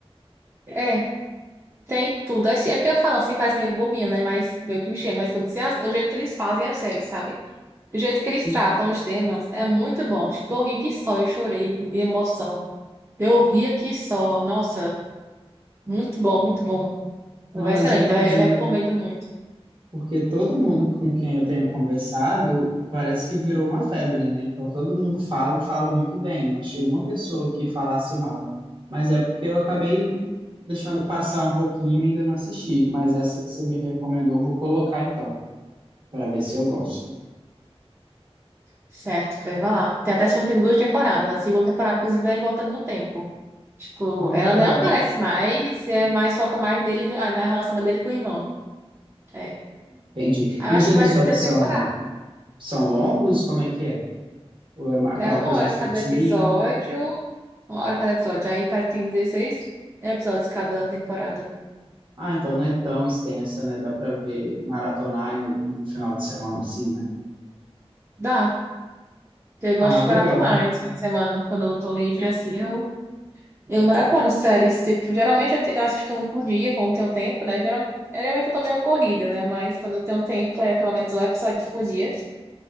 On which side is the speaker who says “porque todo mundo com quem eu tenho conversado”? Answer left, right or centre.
Right